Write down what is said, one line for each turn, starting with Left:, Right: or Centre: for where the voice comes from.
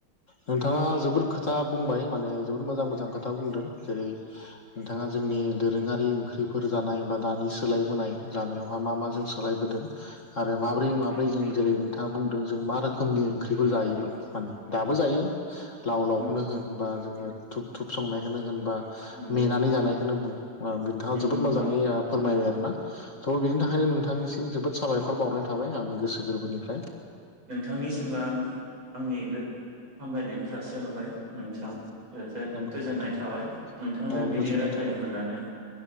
Left: नोंथाङा जोबोद खोथा बुंबाय माने जबोर मोजां मोजां खोथा बुंदों जेरै नोंथाङा जोंनि दोरोङारि ओंख्रिफोर जानाय बा दानि सोलायबोनाय जानायावहा मा मा जों सोलायबोदों आरो माब्रै माब्रै जों जेरै नोंथाङा बुंदों जों मा रोखोम रोखोमनि ओंख्रिफोर जायोमोन माने दाबो जायो लाव लावखौनो
Right: नंगौ
Left: होन बा जोङो धुुब धुुब संनायखौनो होनबा
Right: नंगौ
Left: मेनानै
Right: नोंथां
Left: जानायखौनो बुं नोंथाङा
Right: नंगौ
Left: जोबोद
Right: नोंथां
Left: मोजाङै फोरमायबाय आरोना थ' बिनि थाखायनो नोंथांनिसिम जोबोद साबायखर बावनाय थाबाय आंनि गोसो गोरबोनिफ्राय
Right: नोंथांनिसिमबो आं आंनि हामलायनायखौ जासिहरबाय नोंथां
Left: नंगौ
Right: जो
Left: नंगौ
Right: गोजोननाय
Left: नोंथां
Right: थाबाय नोंथांजों
Left: औ
Right: बिदि
Left: गोजोननाय
Right: रायज्लायनो
Left: थाबाय
Right: मोननानै